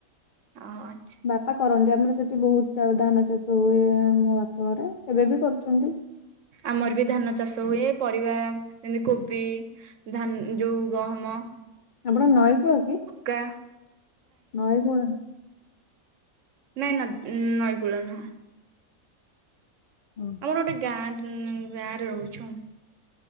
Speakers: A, on the right (about 65°); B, on the left (about 60°).
A: ଓ ଆଛା
B: ବାପା କରନ୍ତି ଆମର ସେଇଠି ବହୁତ ଚ ଧାନ ଚାଷ ହୁଏ ମୋ ବାପ ଘରେ ଏବେ ବି କରୁଚନ୍ତି।
A: ଆମର ବି ଧାନ ଚାଷ ହୁଏ ପରିବା ଯେମିତି କୋବି ଧାନ ଯୋଉ ଗହମ
B: ଆପଣ ନଈକୂଳ କି?
A: କା
B: ନଈ କୂଳ
A: ନାଇଁ ନ ନଈକୂଳ ନୁହଁ।
B: ହୁଁ।
A: ଆମର ଗୋଟେ ଗାଁ ଗାଁରେ ରହୁଚୁ।